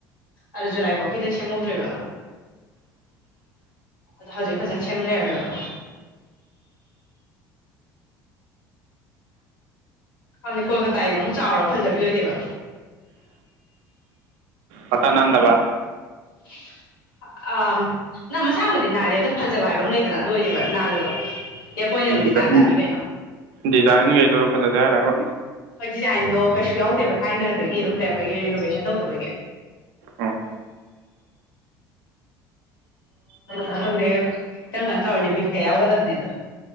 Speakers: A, on the left; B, on the right.
A: ꯑ ꯖꯨꯂꯥꯏꯐꯥꯎ ꯈꯤꯗꯤ ꯁꯦꯝꯍꯧꯗ꯭ꯔꯤꯕ ꯑꯗꯣ ꯍꯧꯖꯤꯛ ꯐꯖꯅ ꯁꯦꯝ ꯂꯩꯔꯝꯃꯦꯕ ꯍꯥꯏꯗꯤ ꯀꯣꯜꯀꯇꯥꯒꯤꯅ ꯑꯃꯨꯛ ꯆꯥꯎꯔꯒ ꯐꯖꯕꯗꯤ ꯑꯣꯏꯗꯦꯕ
B: ꯃꯁꯥ ꯅꯥꯟꯗꯕ
A: ꯁꯤ ꯑ ꯅꯪ ꯃꯁꯥꯕꯨꯗꯤ ꯅꯥꯜꯂꯤ ꯑꯗꯨꯗ ꯐꯖꯕ ꯍꯥꯏꯕ ꯑꯃ ꯂꯩꯗꯅ ꯑꯗꯨ ꯑꯣꯏꯗꯦꯕ ꯅꯥꯜꯂꯁꯨ ꯑꯦꯔꯄꯣꯔꯠꯅꯕꯨꯗꯤ
B: ꯎꯝ ꯗꯤꯖꯥꯏꯟ
A: ꯅꯥꯟ ꯇꯥꯅꯤ ꯀꯩꯅꯣ
B: ꯗꯤꯖꯥꯏꯟꯈꯩꯗꯣ ꯐꯖꯗꯦ ꯍꯥꯏꯔꯕ
A: ꯍꯣꯏ ꯗꯤꯖꯥꯏꯟꯗꯣ ꯀꯩꯁꯨ ꯌꯥꯎꯗꯦꯕ ꯊꯥꯏꯅꯗꯒꯤ ꯑꯗꯨꯝ ꯂꯩꯔꯛꯄꯒꯤ ꯔꯤꯅꯣꯕꯦꯁꯟ ꯇꯧꯗꯕꯒꯤ
B: ꯎꯝ
A: ꯈꯪꯗꯦ ꯈꯤꯇꯪ ꯀꯥꯟ ꯇꯧꯔꯗꯤ ꯕꯤꯠꯀ ꯌꯥꯎꯒꯗꯕꯅꯦ ꯑꯗꯣ